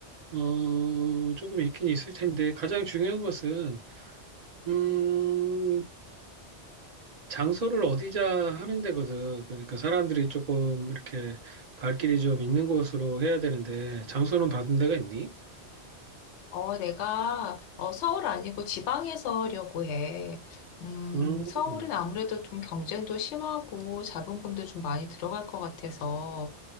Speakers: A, on the right; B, on the left.
A: 어, 조금 있긴 있을 텐데, 가장 중요한 것은, 음, 장소를 어디자 하는 데거든. 그러니까 사람들이 조금 이렇게 발길이 좀 있는 곳으로 해야 되는데, 장소는 받은 데가 있니?
B: 어, 내가 어, 서울 아니고 지방에서 하려고 해. 음,
A: 음,
B: 서울은 아무래도 좀 경쟁도 심하고 자본금도 좀 많이 들어갈 것 같아서